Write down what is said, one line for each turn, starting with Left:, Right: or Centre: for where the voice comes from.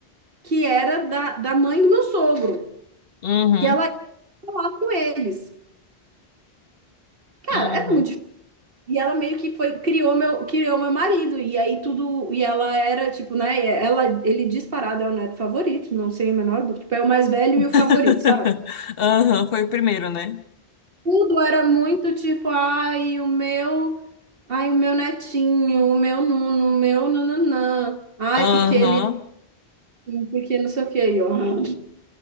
Right: que era da, da mãe do meu sogro,
Left: uhum,
Right: que ela ia lá com eles. Cara,
Left: uhum.
Right: é muito difícil. E ela meio que foi, criou meu, criou meu marido. E aí tudo. E ela era, tipo, né? Ela, ele disparado é o neto favorito, não sei a menor dúvida. Tipo, é o mais velho
Left: <laughs>
Right: e o favorito, sabe?
Left: Aham, foi o primeiro, né?
Right: Tudo era muito tipo, ai, o meu. Ai, o meu netinho, o meu nuno, o meu nananã. Ai,
Left: Aham.
Right: porque ele. é assim, Porque não sei o quê. E eu, "Ah,